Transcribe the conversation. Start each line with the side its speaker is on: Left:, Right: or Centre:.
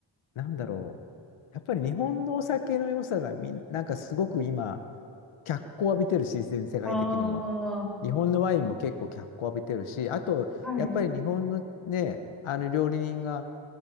Left: なんだろう。やっぱり日本のお酒の良さがみん、なんかすごく今、脚光を浴びてるし、全世界的にも。
Centre: ああ、は
Left: 日本のワインも結構脚光を浴びてるし、あと、
Centre: い。
Left: やっぱり日本のね、あの料理人が